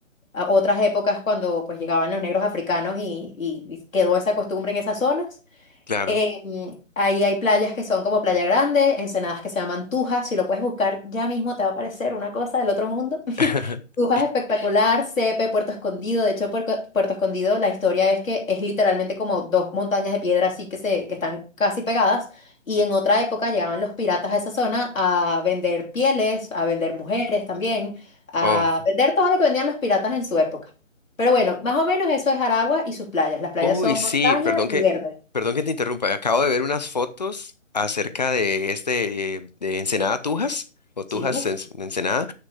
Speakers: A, on the left; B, on the left.
A: a otras épocas cuando pues llegaban los negros africanos y, y- y quedó esa costumbre en esas zonas.
B: Claro.
A: Eh, mm, ahí hay playas que son como Playa Grande, ensenadas que se llaman Tujas, si lo puedes buscar ya mismo te va a parecer una cosa del otro mundo.
B: <laughs>
A: Brujas espectacular, Cepe, Puerto Escondido. De hecho, Puerco- Puerto, Escondido, la historia es que es literalmente como dos montañas de piedra así que, se, que están casi pegadas. Y en otra época llegaban los piratas a esa zona a vender pieles, a vender mujeres también, a
B: Oh.
A: vender todo lo que vendían los piratas en su época. Pero bueno, más o menos eso es Aragua y sus playas. Las playas
B: Uy,
A: son
B: sí,
A: montaña
B: perdón
A: y
B: que,
A: verde.
B: perdón que te interrumpa. Acabo de ver unas fotos acerca de este eh, de Ensenada Tujas o Tujas
A: Sí, uff.
B: en- de Ensenada